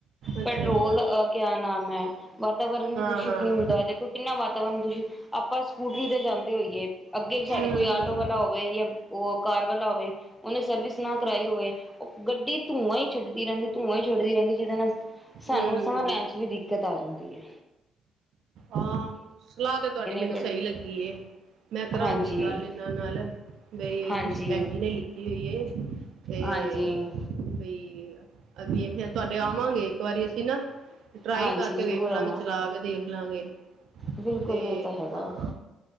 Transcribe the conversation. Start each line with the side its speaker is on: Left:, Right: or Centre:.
Right: ਅੱਛਾ
Centre: ਪੈਟਰੋਲ
Right: ਅੱਛਾ
Centre: ਦਾ ਅ ਕਿਆ ਨਾਮ ਹੈ ਵਾਤਾਵਰਨ ਵੀ
Right: ਹਾਂ
Centre: ਦੂਸ਼ਿਤ
Right: ਹਾਂ
Centre: ਨਹੀਂ ਹੁੰਦਾ ਦੇਖੋ ਕਿੰਨਾ ਵਾਤਾਵਰਨ ਦੂਸ਼ਿਤ ਆਪਾਂ ਰੀ ਦੇ ਜਾਂਦੇ ਹੋਈਏ ਅੱਗੇ ਸਾਡੇ
Right: ਹਮ
Centre: ਕੋਈ
Right: ਹਮ
Centre: ਆਟੋ ਵਾਲਾ ਹੋਵੇ ਯਾਂ ਓ ਕਾਰ ਵਾਲਾ ਹੋਵ ਔਨੇ ਸਰਵਿਸ ਨਾ ਕਰਾਈ ਹੋਵੇ ਔ ਗੱਡੀ ਧੂੰਆਂ ਈ ਛੱਡਦੀ ਰਹਿੰਦੀ ਧੂੰਆਂ ਈ ਛੱਡਦੀ ਰਹਿੰਦੀ ਜਿਹਦੇ ਨਾਲ ਸਾਨੂੰ
Right: ਹਮ
Centre: ਸਾਹ ਲੈਣ ਚ ਵੀ ਦਿੱਕਤ ਆ ਜਾਂਦੀ ਐ।
Right: ਹਾਂ ਸਲਾਹ ਤੇ ਤੁਹਾਡੀ ਮੈਨੂੰ
Centre: ਪਰ
Right: ਸਹੀ ਲੱਗੀ। ਏ। ਮੈਂ ਕਰਾਂਗੀ
Centre: ਹਾਂਜੀ
Right: ਗੱਲ ਇਹਨਾਂ ਨਾਲ ਬਈ
Centre: ਹਾਂਜੀ
Right: ਤੁਸੀ ਭੈਂਜੀ ਨੇ ਲਿੱਤੀ ਹੋਈ ਤੇ ਏ
Centre: ਹਾਂਜੀ
Right: ਬਈ ਅ ਕਰਦੀ ਫੇਰ ਤੁਹਾਡੇ ਆਵਾਂਗੇ। ਇੱਕ ਵਾਰੀ ਅਸੀ ਨਾ ਟਰਾਈ
Centre: ਹਾਂਜੀ
Right: ਕਰਕੇ
Centre: ਜ਼ਰੂਰ
Right: ਵੇਖ ਲਾਂਗੇ
Centre: ਆਉਣਾ
Right: ਚਲਾ ਕੇ ਦੇਖ ਲਾਂਗੇ।
Centre: ਬਿਲਕੁਲ
Right: ਤੇ
Centre: ਇਹ ਤਾਂ ਹੈਗਾ
Right: ਹਾਂ।